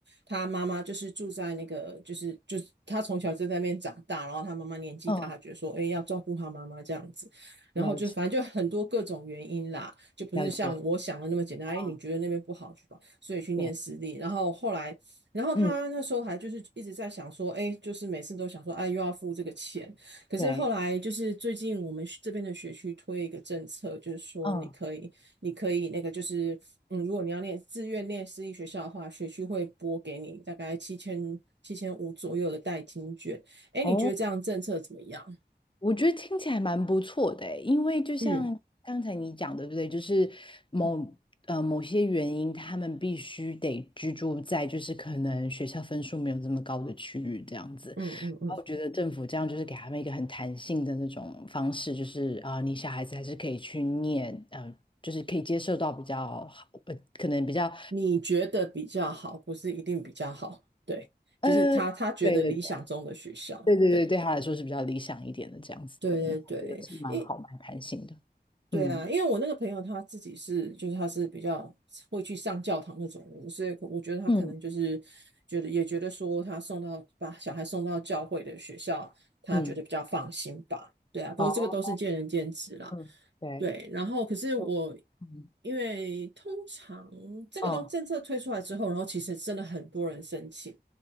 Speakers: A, on the right; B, on the left.
A: 他妈妈就是住在那个，就是就是他从小就在那边长大，然后他妈妈年纪大，
B: 嗯，
A: 他觉得说，哎，要照顾他妈妈这样子。然后就反正就很多各种原因啦，
B: 了解
A: 就不是像我想的那么简单。
B: 了解，啊，
A: 哎，你觉得那边不好去吧，所以去念私立。
B: 对，
A: 然后后来，然后他那时候还就是一直在想说，
B: 嗯嗯，
A: 哎，就是每次都想说，哎，又要付这个钱。可是后来就是最近我们这边的学区推一个政策，
B: 对，
A: 就是说你可以，
B: 嗯。
A: 你可以那个就是，嗯，如果你要念自愿念私立学校的话，学区会拨给你大概七千七千五左右的代金券。哎，
B: 哦。
A: 你觉得这样政策怎么样？
B: 我觉得听起来蛮不错的诶因为就像刚才你讲的，
A: 嗯
B: 对不对？就是某呃某些原因，
A: 嗯
B: 他们必须得居住在就是可能学校分数没有这么高的区域这样子。然后我觉得政府这样就是给他们一个很弹性的那种方式，
A: 嗯嗯嗯，
B: 就是啊、你小孩子还是可以去念，呃，就是可以接受到比较好，呃，可能比较
A: 你觉得比较好，不是一定比较好，对，
B: 呃，
A: 就是他他觉得理想中的学校，
B: 对对对对对对，
A: 对。
B: 对他来说是比较理想一点的这样子的，
A: 对对对，
B: 那我觉得是蛮好蛮弹性的，
A: 因对啊，
B: 嗯
A: 因为我那个朋友他自己是，就是他是比较会去上教堂那种人，所以可我觉得他可能就是觉得也觉得说他送到把小孩送到教会的学校，
B: 嗯。
A: 他觉得比较放心吧。
B: 嗯，
A: 对啊，不过这个都是见仁见智啦。
B: 哦，嗯对，
A: 对，然后可是我
B: 嗯嗯，
A: 因为通常这个东政策推出来之后，
B: 嗯，
A: 然后其实真的很多人申请，